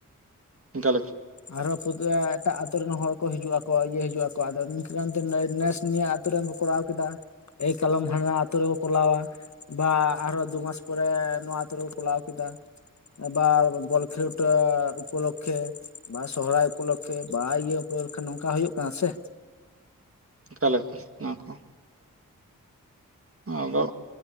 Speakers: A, on the right; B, on the left.
A: ᱜᱟᱞᱚᱪ
B: ᱟᱨ ᱦᱚᱸ ᱮᱴᱟᱜ ᱟᱛᱩᱨ ᱨᱮᱱ ᱦᱚᱲ ᱠᱚ ᱦᱤᱡᱩᱜ ᱟᱠᱚ ᱤᱭᱟᱹ ᱦᱤᱡᱩᱜ ᱟᱠᱚ ᱟᱫᱚ ᱱᱤᱝᱠᱟᱹ ᱠᱟᱱᱛᱮ ᱱᱮᱥ ᱱᱤᱭᱟ. ᱟᱛᱳ ᱨᱮᱱ ᱠᱚ ᱠᱚᱨᱟᱣ ᱠᱮᱫᱟ ᱮᱭ ᱠᱟᱞᱚᱢ ᱦᱟᱱᱰᱟ ᱟᱛᱳ ᱨᱮ ᱠᱚ ᱠᱚᱞᱟᱣᱟ᱾ ᱵᱟ ᱟᱨ ᱦᱚᱸ ᱫᱩᱢᱟᱟᱥ ᱯᱚᱨᱮ ᱱᱚᱣᱟ ᱟᱛᱳ ᱨᱮ ᱠᱚᱞᱟᱣ ᱠᱮᱫᱟ᱾ ᱵᱟ ᱵᱚᱞ ᱠᱷᱮᱞᱴᱟ ᱩᱯᱞᱚᱠᱷᱮ ᱵᱟ ᱥᱚᱦᱨᱟᱭ ᱩᱯᱚᱞᱚᱠᱷᱮ ᱵᱟ ᱤᱭᱟᱹ ᱩᱯᱚᱞᱚᱠᱷᱮ ᱱᱚᱝᱠᱟ ᱦᱩᱭᱩᱜ ᱠᱟᱱᱟ ᱥᱮ
A: ᱟᱞᱮᱠᱟ ᱱᱚᱣᱟ ᱠᱚ ᱟᱫᱚ